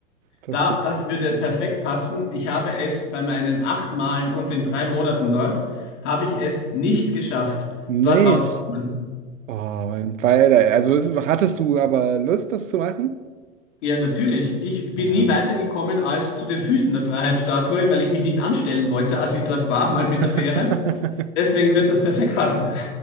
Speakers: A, on the right (about 80°); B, on the left (about 65°).
A: Das
B: Da, das würde perfekt passen. Ich habe es bei meinen acht Malen und den drei Monaten dort, habe ich es nicht geschafft,
A: nicht.
B: dort raufzukommen.
A: Oh, mein Beider. Also es- hattest du aber Lust, das zu machen?
B: Ja, natürlich. Ich bin
A: Ja,
B: nie weitergekommen als zu den Füßen der Freiheitsstatue, weil ich mich nicht anstellen wollte, als ich dort war, mal mit
A: <laughs>
B: der Fähre. Deswegen wird das perfekt passen.